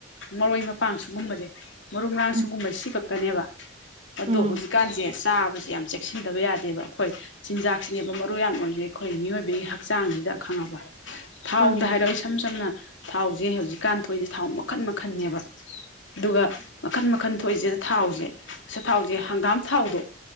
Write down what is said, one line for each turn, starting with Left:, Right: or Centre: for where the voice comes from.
Left: ꯃꯔꯣꯏ ꯃꯄꯥꯡ ꯁꯨꯒꯨꯝꯕꯁꯦ ꯃꯔꯨ ꯃꯔꯥꯡ
Right: ꯎꯝ
Left: ꯁꯨꯒꯨꯝꯕ ꯁꯤ ꯈꯛꯇꯅꯦꯕ ꯑꯗꯣ
Right: ꯎꯝ
Left: ꯍꯧꯖꯤꯛꯀꯥꯟꯁꯦ ꯆꯥꯕꯁꯦ ꯌꯥꯝ ꯆꯦꯛꯁꯤꯟꯗꯕ ꯌꯥꯗꯦꯕ ꯑꯩꯈꯣꯏ ꯆꯤꯟꯖꯥꯛꯁꯤꯅꯦꯕ ꯃꯔꯨ ꯌꯥꯝ ꯑꯣꯏꯔꯤꯁꯦ ꯑꯩꯈꯣꯏ ꯃꯤꯑꯣꯏꯕꯒꯤ ꯍꯛꯆꯥꯡꯁꯤꯗ ꯈꯪꯉꯕ ꯊꯥꯎꯗ
Right: ꯃꯥꯅꯦ
Left: ꯍꯥꯏꯔꯛꯑꯣ ꯏꯁꯝ ꯁꯝꯅ ꯊꯥꯎꯁꯦ ꯍꯧꯖꯤꯛꯀꯥꯟ ꯊꯣꯛꯏꯁꯦ ꯊꯥꯎ ꯃꯈꯟ ꯃꯈꯟꯅꯦꯕ ꯑꯗꯨꯒ ꯃꯈꯟ ꯃꯈꯟ ꯊꯣꯛꯏꯁꯤꯗ ꯊꯥꯎꯁꯦ ꯑꯆꯥ ꯊꯥꯎꯁꯦ ꯍꯪꯒꯥꯝ ꯊꯥꯎꯗꯣ